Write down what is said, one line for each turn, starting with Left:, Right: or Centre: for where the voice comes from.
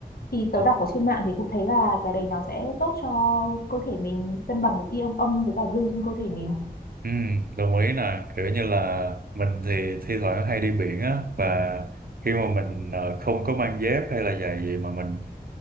Left: thì
Right: Ờ.
Left: tớ đọc ở trên mạng thì cũng thấy là cái đấy nó sẽ tốt cho cơ thể mình cân bằng được ion âm với cả dương trên cơ thể mình
Right: Ừ, đồng ý nè, kiểu như là mình thì thi thoảng hay đi biển á và khi mà mình ờ, không có mang dép hay là giày gì mà mình